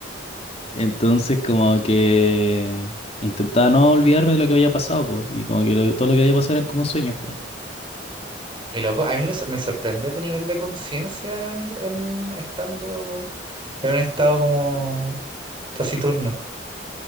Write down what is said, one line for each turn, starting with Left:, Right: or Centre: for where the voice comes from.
Left: Entonces como que intentaba no olvidarme de lo que había pasado, pues, y como que lo- todo lo que había pasado eran como sueños, pues.
Right: Qué loco, a mí me, sor- me sorprende tu nivel de conciencia en, en- estando en un estado como taciturno.